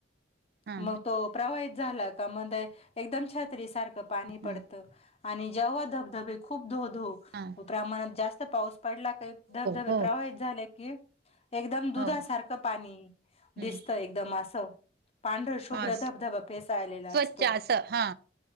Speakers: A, on the right (about 55°); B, on the left (about 35°).
A: हा
B: म तो प्रवाहित झाल का म एकदम छात्री सारखं पाणी
A: हम्म
B: पडतं. आणि जेव्हा धबधबे खूप धो धो
A: हां.
B: प्रमाणात जास्त पाऊस पडला काही धबधबे
A: हो
B: प्रवाहित झाले की एकदम दुधासारखं
A: हो
B: पाणी
A: हम्म
B: दिसतं एकदम असं. पांढर शुभ्र
A: हा
B: धबधबा फेसायलेला
A: स्वच्छ
B: असतो.
A: असं हा